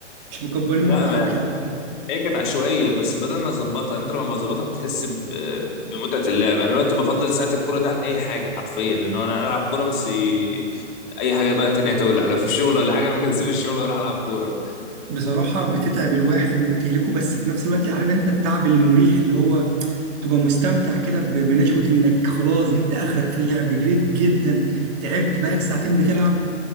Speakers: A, on the right (about 35°); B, on the left (about 40°).
A: مش مكبرين الموضوع
B: لا
A: وكده
B: هي كانت عشوائيه بس بدلنا نظبطها يعني انت لما بظبطها بتحس ب- بمتعه اللعب انا دلوقتي بفضل ساعه الكوره ده عن اي حاجه حرفيا ان هو انا العب كوره بس ي- اي حاجه بقى تانية تولع لو في الشغل ولا حاجه انا ممكن اسيب الشغل واروح العب كوره
A: بصراحه بتتعب الواحد وبتهلكه بس في نفس الوقت عارف انت التعب المريح اللي هو تبقى مستمتع كده ب- بنشوة انك خلاص جبت اخرك في اللعب جريت جدا تعبت بقالك ساعتين بتلعب